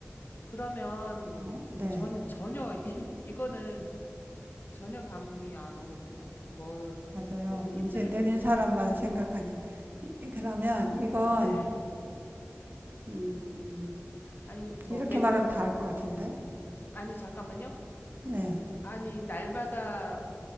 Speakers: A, on the left; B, on the right.
A: 그러면
B: 어, 네,
A: 전, 전혀 이, 이거는 전혀 감이 안 오거든요. 뭘
B: 맞아요.
A: 조금
B: 문제
A: 힌트를
B: 내는
A: 좀 주세요.
B: 사람만 생각하니. 이- 그러면 이건,
A: 네.
B: 음,
A: 아니 뭐
B: 이렇게
A: 매,
B: 말하면
A: 우,
B: 다 알 것 같은데?
A: 아니 잠깐만요.
B: 네.
A: 아니 날마다